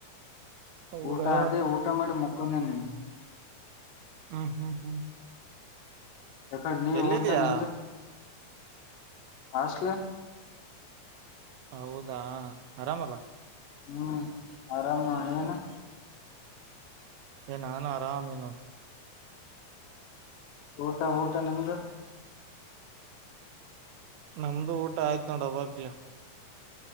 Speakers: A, on the right (about 80°); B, on the left (about 85°).
A: ಹೌದಾ
B: ಊಟ ಅದೇ ಊಟ ಮಾಡಿ ಮುಕ್ಕೊಂಡಿನಿ.
A: ಹ್ಮ್ ಹ್ಮ್ ಹ್ಮ್
B: ಎಕಡಿ ನೀ
A: ಎಲ್ಲಿದೀಯಾ
B: ಊಟ ನಿಮ್ದು ಹಾಸ್ಟೆಲ್.
A: ಹೌದಾ ಆರಾಮಲ್ಲ.
B: ಹ್ಮ್ ಆರಾಮ್ ನೋಡ್ ನೀನು.
A: ಏ ನಾನು ಆರಾಮಿನಿ ನೋಡ್.
B: ಊಟ ಊಟ ನಿಮ್ದು.
A: ನಮ್ದು ಊಟ ಆಯ್ತ್ ನೋಡ ಆವಾಗ್ಲೇ.